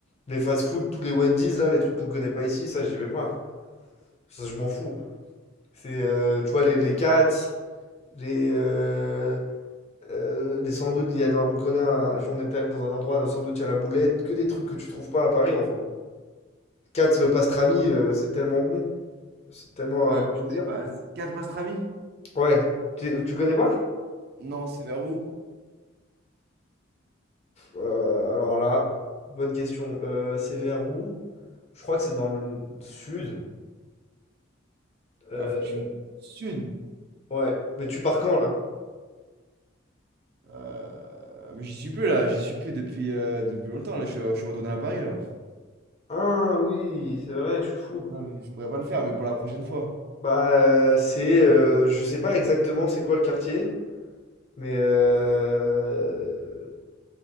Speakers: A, on the left; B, on the right.
A: Les fast-food, tous les Wendy's, là, les trucs qu'on connaît pas ici, ça, j'y vais pas. Ça, je m'en fous. C'est, euh, tu vois, les, les Cats, les, euh, euh, les sandwichs, il y a, dans- on connaît, un, on est allé dans un endroit, un sandwich à la boulette, que des trucs que tu trouves pas à Paris, en fait. Cats, le pastrami, euh, c'est tellement bon, c'est tellement
B: Ouais,
A: un plaisir.
B: je connais pas. Quatre pastrami?
A: Ouais, tu, tu connais pas?
B: Non, c'est vers où?
A: Euh, alors là, bonne question. Euh, c'est vers où? Je crois que c'est dans le sud. Euh,
B: Ah, faut que tu me... Sud.
A: ouais. Mais tu pars
B: Ouais.
A: quand là?
B: Euh, Mais j'y suis plus là, j'y suis plus depuis, euh, depuis longtemps. Là, je suis, je suis retourné à Paris là.
A: Ah oui, c'est vrai, je suis fou.
B: Non, mais je pourrais pas le faire, mais pour la prochaine fois.
A: Bah euh, c'est euh,
B: Non.
A: je sais pas exactement c'est quoi le quartier, mais euh,